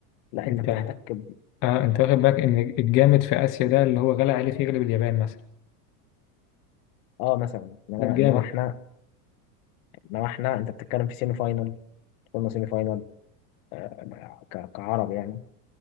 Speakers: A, on the left; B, on the left.
A: لا
B: أنت
A: انت بتحتك ب...
B: آه أنت واخد بالك إن الجامد في آسيا ده اللي هو غلا عليه في يغلب اليابان مثلا
A: اه مثلا انما
B: ده الجامد
A: انما احنا انما احنا انت بتتكلم في سيمي فاينل قلنا سيمي فاينال آه، ك- كعرب يعني